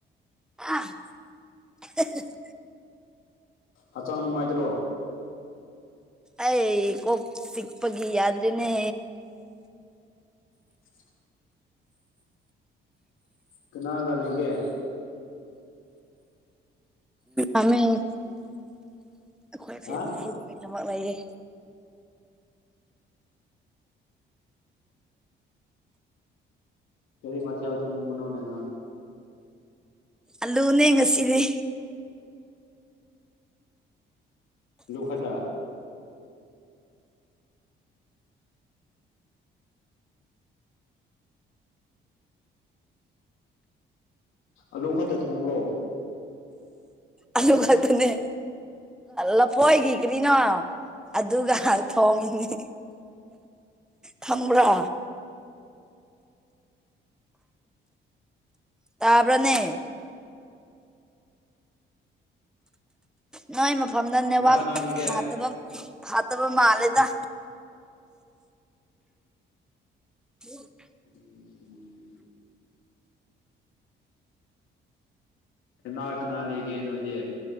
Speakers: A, in the centre; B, on the left.
A: <unintelligible>
B: ꯍꯛꯆꯥꯡ ꯅꯨꯡꯉꯥꯏꯗ꯭ꯔꯣ
A: ꯑꯩ ꯀꯣꯛ ꯆꯤꯛꯄꯒꯤ ꯌꯥꯗ꯭ꯔꯅꯦ
B: <inaudible> ꯀꯅꯥꯒ ꯂꯩꯒꯦ
A: ꯑꯩꯈꯣꯢ
B: ꯍꯥ
A: ꯐꯦꯃꯂꯤ ꯂꯣꯢꯅꯃꯛ ꯂꯩꯌꯦ
B: ꯀꯔꯤ ꯃꯊꯦꯜ ꯊꯣꯡꯕꯅꯣꯅꯦꯅꯪ
A: ꯑꯂꯨꯅꯦ ꯉꯁꯤꯗꯤ
B: ꯗꯨꯈꯠꯇ ꯑꯂꯨ ꯈꯛꯇ ꯊꯣꯡꯕꯔꯣ
A: ꯑꯂꯨ ꯈꯇꯅꯦ ꯂꯐꯣꯏꯒꯤ ꯀꯔꯤꯅꯣ ꯑꯗꯨꯒ ꯊꯣꯡꯉꯤꯅꯤ ꯈꯝꯕ꯭ꯔꯥ ꯇꯕꯔꯅꯦ ꯅꯣꯏ ꯃꯐꯝꯗ ꯅꯦꯠꯋꯥꯛ
B: ꯀꯅꯥ ꯀꯅꯥ ꯂꯩꯒꯦ
A: ꯐꯥꯠꯇꯕ ꯐꯥꯠꯇꯕ ꯃꯥꯜꯂꯦꯗ <unintelligible>
B: ꯎꯝ ꯎꯝ ꯀꯥꯅ ꯀꯅꯥ ꯂꯩꯒꯦ ꯅꯣꯢꯗꯤ